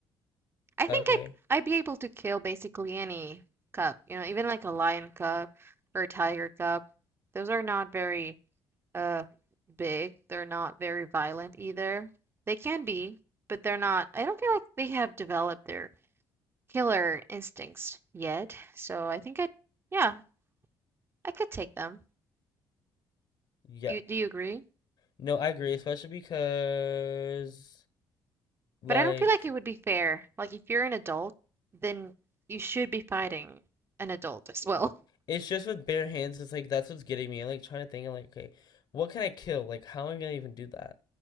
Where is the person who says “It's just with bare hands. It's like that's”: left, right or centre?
Left